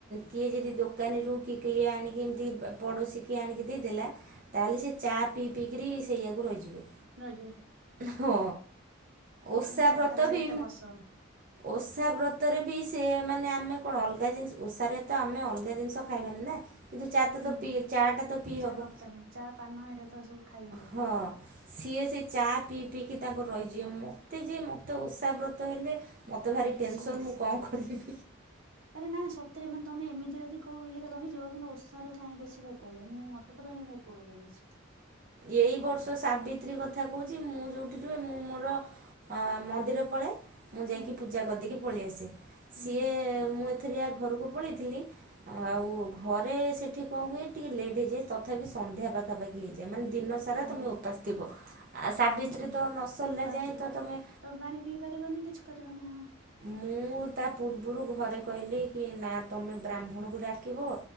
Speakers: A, on the right (about 40°); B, on the right (about 70°).
A: କିଏ ଯଦି ଦୋକାନୀରୁ କିଏ କିଏ ଆଣିକି ଏମିତି ପଡ଼ୋଶୀ କିଏ ଆଣିକି ଦେଇଦେଲା ତାହେଲେ ସେ ଚା ପିଇ ପିଇକିରି ସେଇୟାକୁ ରହିଯିବେ।
B: ରହିଯିବେ
A: ହଁ। ଓଷା
B: ଚା ଟା
A: ବ୍ରତ
B: ତାହେଲେ
A: ବି
B: ଏତେ ପସନ୍ଦ
A: ଓଷା ବ୍ରତରେ ବି ସିଏ ମାନେ ଆମେ କଣ ଅଲଗା ଜିନିଷ ଓଷାରେ ତ ଆମେ ଅଲଗା ଜିନିଷ ଖାଇବାନି ନା। କିନ୍ତୁ ଚା ଟା
B: ହୁଁ
A: ତ ପି ଚା ଟା ତ ପିଇ
B: ଚା
A: ହବ।
B: କପଟା ହଁ ଚା, ପାନ ଏରା ତ ସବୁ ଖାଇ ହୁଏ।
A: ହଁ ସିଏ ସେ ଚା ପିଇ ପିଇକି ତାଙ୍କୁ ରହିଯିବେ। ମୋତେ ଯିଏ ମ ତୋ ଓଷାବ୍ରତ ହେଲେ ମୋତେ ଭାରି
B: ବେଶୀ
A: ଟେନସନ୍
B: ଭୋକ
A: ମୁଁ କଣ କରିବି।
B: ଆରେ ନା ସତରେ ମାନେ ତମେ ଏମିତି ଯଦି କୋଉ ଇଏ ରେ ରହିଯିବ। କିନ୍ତୁ ଓଷାରେ କାଇଁ ବେଶୀ ଭୋକ ହୁଏ। ମୁଁ ମତେ କାଇଁ ଭୋକ ହୁଏ କାଇଁ ବେଶୀ।
A: ଏଇ
B: ମୁଁ ବି ଜାଣିନି
A: ବର୍ଷ ସାବିତ୍ରୀ କଥା କହୁଚି ମୁଁ ଯୋଉଠି ରୁହେ ମୁଁ ମୋର ଅ ମନ୍ଦିର ପଳାଏ। ମୁଁ ଯାଇକି
B: ହୁଁ
A: ପୂଜା କରିଦେଇକି ପଳେଇ ଆସେ।
B: ହୁଁ
A: ସିଏ
B: ହୁଁ
A: ମୁଁ ଥରିଆ ଘରକୁ ପଳେଇଥିଲି ଆଉ ଘରେ ସେଠି କଣ ହୁଏ ଟିକେ ଲେଟ୍ ହେଇଯାଏ। ତଥାପି ସନ୍ଧ୍ୟା ପାଖାପାଖି ହେଇ ଏ ମାନେ ଦିନ ସାରା
B: ଓହୋ
A: ତମେ ଉପାସ ଥିବ। ଆ ସାବିତ୍ରୀ
B: ହୁଁ ହୁଁ ହୁଁ
A: ତ ନ ସରିଲା
B: ପାଣି
A: ଯାଏ
B: ପିଇ
A: ତ ତମେ
B: ତମେ ପାଣି ପିଇ ପାରିବନି କିଛି କରିବନି ହଁ।
A: ମୁଁ ତା ପୂର୍ବରୁ ଘରେ କହିଲି କି ନା ତମେ ବ୍ରାହ୍ମଣକୁ ଡାକିବ